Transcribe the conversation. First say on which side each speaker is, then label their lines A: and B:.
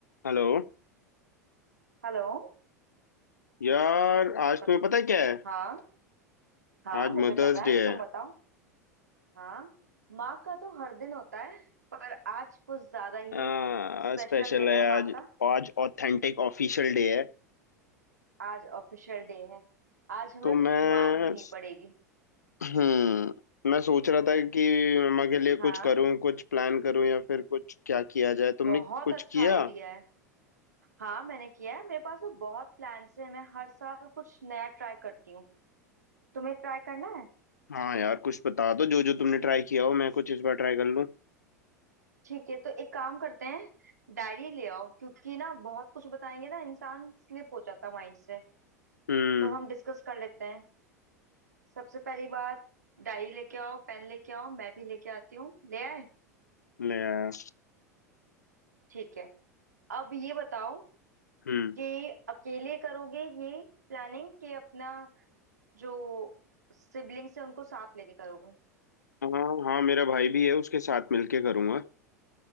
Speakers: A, on the left (about 75°); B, on the right (about 75°).
A: Hello
B: Hello
A: यार आज
B: बत-
A: तुम्हें पता है क्या है
B: हाँ हाँ
A: आज
B: मुझे
A: मदर्स
B: पता
A: डे
B: है तुम
A: है
B: बताओ हाँ माँ का तो हर दिन होता है पर आज कुछ ज्यादा ही
A: आ,
B: स्पेशल
A: स्पेशल
B: दिन
A: है
B: है माँ
A: आज
B: का
A: आज ऑथेंटिक ऑफिशियल डे है
B: आज ऑफिशियल डे है आज हमें
A: तो मैं
B: मार भी नहीं पड़ेगी
A: हम्म मैं सोच रहा था कि मम्मा के लिए कुछ
B: हाँ
A: करूं कुछ प्लान करूं या फिर कुछ क्या किया जाए तुमने
B: बहुत
A: कुछ
B: अच्छा
A: किया
B: आइडिया है हाँ मैंने किया है मेरे पास तो बहुत प्लान्स हैं मैं हर साल कुछ नया ट्राई करती हूँ तुम्हें ट्राई करना है
A: हाँ यार कुछ बता दो जो जो तुमने ट्राई किया हो मैं कुछ इस बार ट्राई कर लूं
B: ठीक है तो एक काम करते हैं डायरी ले आओ क्योंकि ना बहुत कुछ बताएंगे ना इंसान स्लिप हो जाता माइंड से
A: हम्म
B: तो हम डिस्कस कर लेते हैं सबसे पहली बात डायरी लेके आओ पेन लेके आओ मैं भी लेके आती हूँ ले आए
A: ले आया
B: ठीक है अब ये बताओ
A: हम्म
B: कि अकेले करोगे ये प्लानिंग कि अपना जो सिबलिंग्स है उनको साथ लेके करोगे
A: हाँ हाँ मेरा भाई भी है उसके साथ मिलके करूंगा